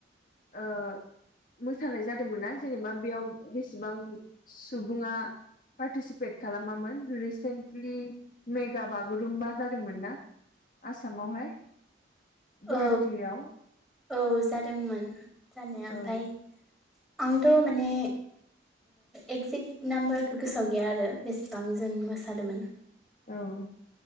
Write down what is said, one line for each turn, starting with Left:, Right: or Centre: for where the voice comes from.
Left: ओ मोसानाय जादोंमोनना जेनेबा बेयाव बेसेबां सुबुंङा पार्टिसिपेट खालामामोन रिसेन्टलि मेगा बागुरुम्बा जादोंमोन ना? आसामावहाय गुवाहाटियाव
Centre: औ औ जादोंमोन जानाया
Left: औ
Centre: ओमफ्राय आंथ' माने एगजेक्ट नाम्बारखौ गोसो गैया आरो बेसेबां जों मोसादोंमोन।
Left: औ